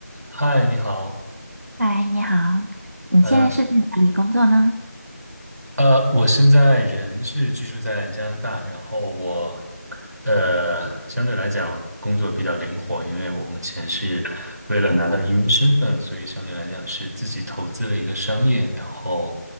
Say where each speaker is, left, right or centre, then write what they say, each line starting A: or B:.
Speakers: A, on the right; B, on the right.
A: 嗨，你好，
B: 嗨，你好，你现在是在哪里工作呢？
A: 呃呃，我现在人是居住在加拿大，然后我呃相对来讲工作比较灵活，因为我目前是为了拿到移民身份，所以相对来讲是自己投资了一个商业，然后